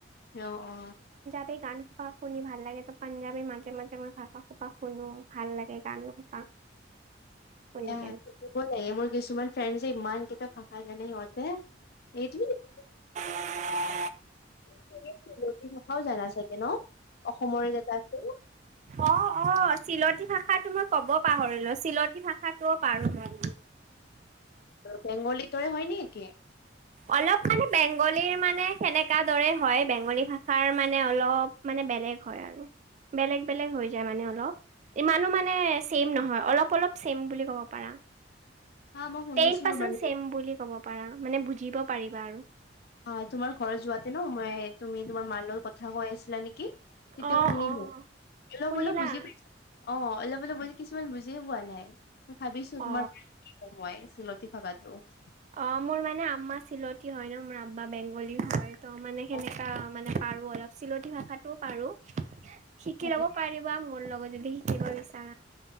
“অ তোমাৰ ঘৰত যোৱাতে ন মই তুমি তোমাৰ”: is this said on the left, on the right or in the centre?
Left